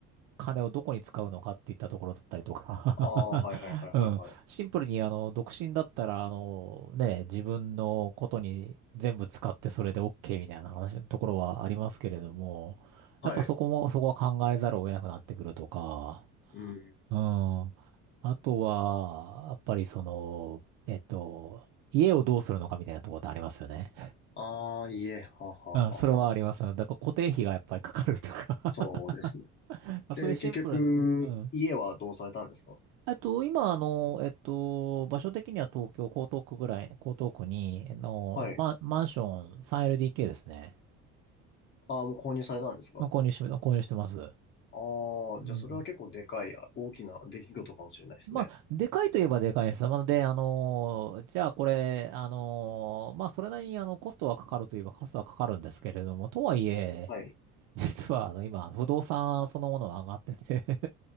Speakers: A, on the right; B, on the left.
A: 金をどこに使うのかっていったところだったりとか
B: ああー、はいはいはいはい
A: <laughs> うん。シンプルにあの、独身だったら、あの、ね、自分のことに全部使ってそれで OK みたいな話のところはありますけれども、
B: はい。
A: やっぱそこも、
B: はい。
A: そこは考えざるを得なくなってくるとか、
B: うん。
A: うん。あとは、やっぱりその、えっと、家をどうするのかみたいなところってありますよね。
B: ああ、家、はははは。
A: あ、それはあります。だから固定費がやっぱりかかるとか
B: そうですね。
A: <laughs> あ、そういうシンプルなとこ。
B: で、結局、
A: うん。
B: 家はどうされたんですか
A: えっと、今、あの、えっと、場所的には東京、江東区ぐらい、江東区に、あの、
B: はい。
A: マン、マンション 3LDK ですね。
B: ああ、もう購入されたんですか
A: の購入し、購入してます。
B: ああ、
A: うん。
B: じゃあそれは結構でかい、あ大きな出来事かもしれないですね。
A: まあ、でかいといえばでかいです。なので、あのー、じゃあこれ、あのー、まあ、それなりに、あの、コストはかかるといえばコストはかかるんですけれども、とはいえ、
B: はい。
A: 実は、あの、今、不動産そのものが上がってて